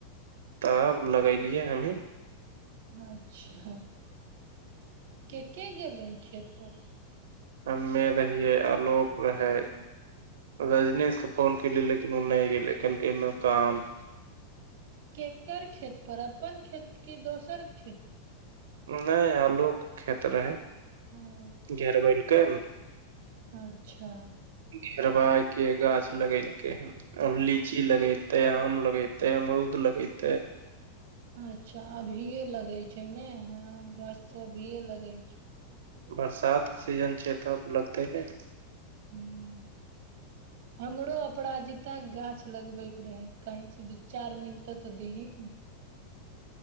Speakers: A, on the right; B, on the right.
A: तब लगेलियै हमही
B: अच्छा के के गेल रहे खेत पर
A: हमे रहियै आलोक रहै रजनीश के फोन कली लेकिन ओ नहि गेले कलक काम
B: केकर खेत पर अपन खेत क दोसर खेत
A: नहि आलू खेत रहै
B: पर? ओ
A: घेरबेलकै ने
B: अच्छा
A: घेरबाय के गाछ लगेलकै हन आब लीची लगेते आम लगेते अमरूद लगेते
B: अच्छा अभिये लगे छै ने हाँ गाछ तो अभिये लगे छै
A: बरसात के सीजन छै तब लगतै ने
B: हुँ हमरो अपराजिता के गाछ लगबैके रहे कहीं सँ विचा मिलतऽ तऽ देही